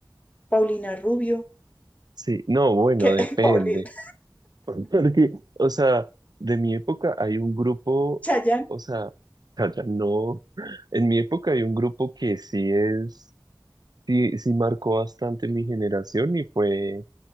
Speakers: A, on the left; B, on the right.
A: Paulina Rubio,
B: sí. No, bueno,
A: que <laughs>
B: depende.
A: Paulina
B: <laughs> Porque, o sea, de mi época hay un grupo,
A: Chayanne.
B: o sea, calla, no. En mi época hay un grupo que sí es Sí, sí marcó bastante mi generación y fue